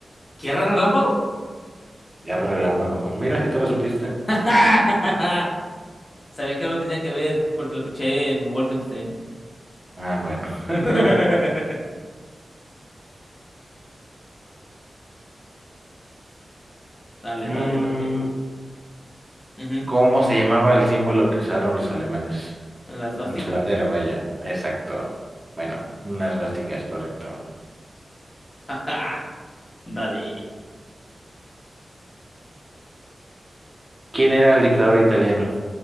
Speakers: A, on the left (about 25°); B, on the right (about 15°).
A: ¿Tierra Relámpago?
B: Guerra relámpago. Mira, si te lo supiste.
A: <laughs> Sabía que algo tenía que ver porque lo escuché en Wolfenstein.
B: Ah, bueno, <laughs>
A: <laughs>
B: pues sí.
A: Dale,
B: Mm,
A: dale, dale. Ujú.
B: ¿Cómo se llamaba el símbolo que usaron los alemanes?
A: La esvástica.
B: En su bandera, vaya. Exacto. Bueno, unas vásticas, correcto.
A: <laughs> Ajá. Dale.
B: ¿Quién era el dictador italiano?